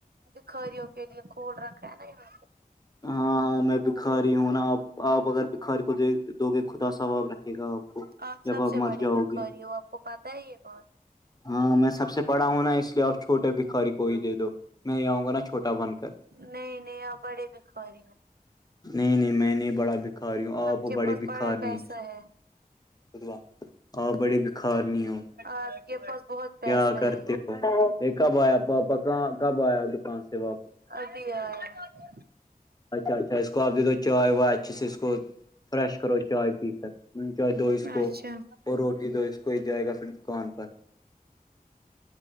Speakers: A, on the right; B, on the left.
A: بکھاریوں کے لیے کھول رکھا ہے نا
B: ہاں ہاں میں بکھاری ہوں نا آپ آپ اگر بکھاری کو دے دو گے خدا ثواب رکھے گا آپ کو
A: آپ
B: جب
A: سب سے بڑے
B: مر جاؤ
A: بھکھاری
B: گے
A: ہو آپ کو پتہ ہے یہ بات
B: ہاں میں سب سے بڑا ہوں نا اس لیے آپ چھوٹے بھکھاری کو ہی دے دو میں آؤں گا نا چھوٹا بن کر
A: نہیں نہیں آپ بڑے بخاری ہو
B: نہیں نہیں میں نہیں بڑا بکھاری ہوں آپ
A: کے
B: بڑے
A: پاس
B: بکھار
A: بڑا پیسہ
B: نہیں
A: ہے
B: آپ بڑی بکھار نہیں ہو
A: آپ کے پاس بہت
B: کیا
A: پیسہ
B: کرتے
A: ہے
B: یہ کب آیا پاپا ک کب آیا دکان سے واپس
A: اد <unintelligible>
B: اچھا اچھا ا اس کو آپ د دو چائے وائے اچھی سے ا اسس کو فریش کرو چائے پی کر انچوائے دو اس کو
A: اچھا
B: اور روٹی دو اس کو ہی جائے گا پھر دکان پر